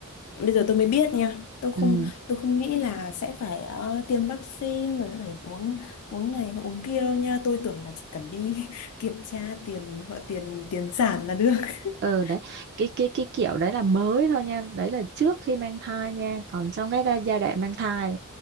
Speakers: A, on the left (about 80°); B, on the right (about 50°).
A: bây giờ tôi mới biết nha. Tôi không
B: ừ.
A: tôi không nghĩ là sẽ phải ờ, tiêm vaccine rồi phải uống uống này và uống kia đâu nha. Tôi tưởng là chỉ cần đi <laughs> kiểm tra tiền họ tiền tiền sản là được. <laughs>
B: ừ đấy cái cái cái kiểu đấy là mới thôi nha đấy là trước khi mang thai nha còn trong cái đa- giai đoạn mang thai